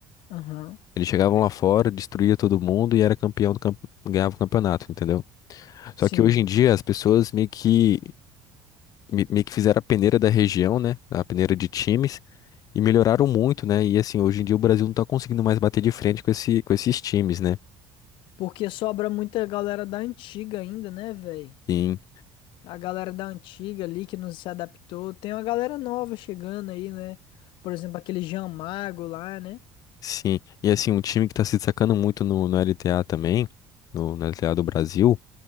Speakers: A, on the left; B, on the left.
A: Aham,
B: Eles chegavam lá fora, destruía todo mundo e era campeão do camp... ganhava o campeonato, entendeu? Só
A: sim.
B: que hoje em dia as pessoas meio que me- meio que fizeram a peneira da região, né? A peneira de times e melhoraram muito, né? E assim, hoje em dia o Brasil não tá conseguindo mais bater de frente com esse com esses times, né?
A: Porque sobra muita galera da antiga ainda, né, velho?
B: Sim.
A: A galera da antiga ali que não se adaptou. Tem uma galera nova chegando aí, né? Por exemplo, aquele Jean Mago lá, né?
B: Sim. E assim, um time que tá se destacando muito no, no LTA também, no, no LTA do Brasil,